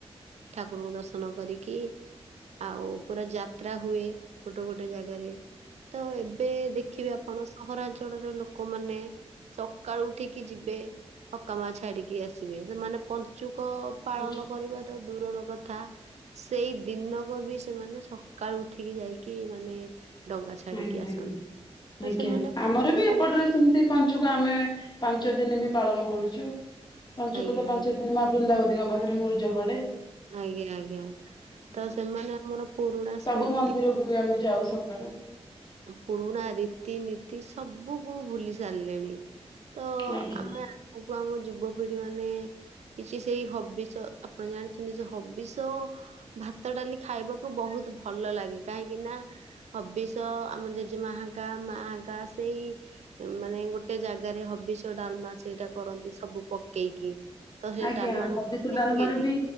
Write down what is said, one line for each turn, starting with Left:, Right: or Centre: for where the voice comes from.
Right: ଠାକୁରଙ୍କୁ ଦର୍ଶନ କରିକି ଆଉ ପୁରା ଯାତ୍ରା ହୁଏ ଗୋଟେ ଗୋଟେ ଜାଗାରେ ତ ଏବେ ଦେଖିବା ଆ ଆପଣ ସହରାଞ୍ଚଳରେ ଲୋକମାନେ ସକାଳୁ ଉଠିକି ଯିବେ ପକା ମା ଛାଡିକି ଆସିବେ ସେମାନେ ପଞ୍ଚୁକ ପାଳନ
Left: ଆଚ୍ଛା।
Right: କରିବା ତ ଦୂରର କ ଥା ସେଇ ଦିନକ ବି ସେମାନେ ସକାଳୁ ଉଠିକି ଯାଇକି ମାନେ ଡଙ୍ଗା ଛାଡିକି
Left: ଆଜ୍ଞା
Right: ଆସନ୍ତି
Left: ଆଜ୍ଞା
Right: ତ
Left: ଆଜ୍ଞା
Right: ସେମାନେ ପୁରୁଣାରେ
Left: ଆମର ବି ଏପଟରେ ସେମିତି ପାଞ୍ଚୁକ ଆମେ ପାଞ୍ଚ ଦିନ ବି ପାଳନ କରୁଛୁ। ପଞ୍ଚୁକ
Right: ଆଜ୍ଞା
Left: ତ ପାଞ୍ଚ
Right: ଆଜ୍ଞା
Left: ଦିନ ମା ବୃନ୍ଦାବତୀଙ୍କ ପାଖରେ ମୂରିଜ ପଡେ।
Right: ଆଜ୍ଞା ଆଜ୍ଞା
Left: ଆଜ୍ଞା।
Right: ତ ସେମାନେ ଆମର ପୁରୁଣା
Left: ସବୁ
Right: ସ୍ମୃତି।
Left: ମନ୍ଦିରକୁ ଆମେ ଯାଉ ସକାଳୁ।
Right: ପୁରୁଣା ରୀତିନୀତି ସବୁକୁ ଭୁଲି ସାରିଲେଣି। ତ
Left: ଆଜ୍ଞା
Right: ଆମେ ଆଗକୁ ଆମ ଯୁବପିଢି ମାନେ କିଛି ସେଇ ହବିଷ ଆପଣ ଜାଣିଛନ୍ତି ସେ ହବିଷ ଓ ଭାତ ଡାଲି ଖାଇବାକୁ ବହୁତ ଭଲ ଲାଗେ କାହିଁକି ନା ହବି ତ ଆମ ଜେଜେମାହାକା ମାହାକା ସେଇ ମାନେ ଗୋଟେ ଜାଗାରେ ହବିଷ ଡାଲମା ସେଇଟା କରନ୍ତି ସବୁ ପକେଇକି। ତ ସେ
Left: ଆଜ୍ଞା
Right: ଡାଲମା ଟା
Left: ହବିଷ
Right: ଫୁଟା
Left: ଡାଲମାରେ
Right: ହୁଏନି।
Left: ବି